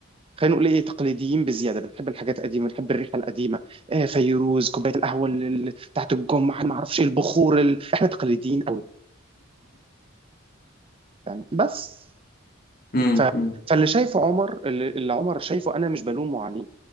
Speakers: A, on the right; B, on the left.
A: خلينا نقول ايه تقليديين بزياده بنحب الحاجات القديمه بنحب الريحه القديمه آه، فيروز كوبايه القهوه ال- ال- بتاعت الجمعه ما اعرفش ايه البخور ال... احنا تقليديين قوي يعني بس
B: امم
A: ف...
B: امم <coughs>
A: فاللي شايفه عمر اللي اللي عمر شايفه انا مش بلومه عليه